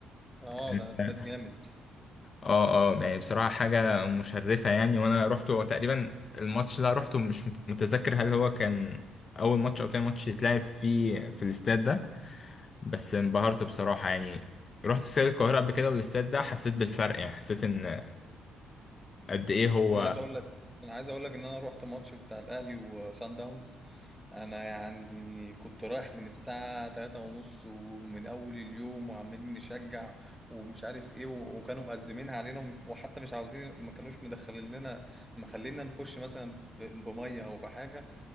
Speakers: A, in the centre; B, on the left.
A: اه
B: <laughs>
A: ده استاد جامد
B: اه اه يعني بصراحة حاجة مشرفة يعني وانا رحت هو تقريبا الماتش اللي أنا روحته مش متذكر هل هو كان اول ماتش او تاني ماتش يتلعب فيه في الاستاد ده بس انبهرت بصراحة يعني رحت استاد القاهرة قبل كده والاستاد ده حسيت بالفرق يعني حسيت ان قد ايه هو
A: انا عايز اقول لك انا عايز اقول لك ان انا رحت ماتش بتاع الاهلي وسان داونز انا يعني كنت رايح من الساعه 3 ونص ومن اول اليوم وعمالين نشجع ومش عارف ايه و- وكانوا مأزمين علينا وحتى مش عاوزين ما كانوش مدخلين لنا مخلينا نخش مثلا ب- بميه او بحاجه